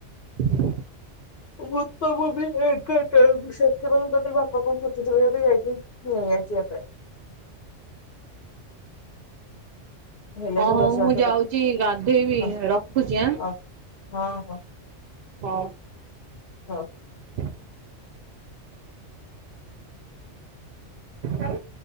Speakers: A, on the right; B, on the left.
A: <inaudible>
B: ଭୂତ ମୁଭି ଏଗାର ଟା ଆଳୁକୁ ସେଥି ପାଇଁ ତତେ ବା <unintelligible> ନେଇ ଆସିଆ।
A: ହଁ।
B: ହେଲେ
A: ହଁ ହଉ
B: ରୋଷେଇବାସ
A: ମୁଁ ଯାଉଛି
B: କରିବି
A: ଗାଧେଇବି
B: ହଁ
A: ରଖୁଛି ଆଁ।
B: ହଁ। ହଁ ହଁ।
A: ହଁ।
B: ହ।
A: <inaudible> <unintelligible> ଟାରେ।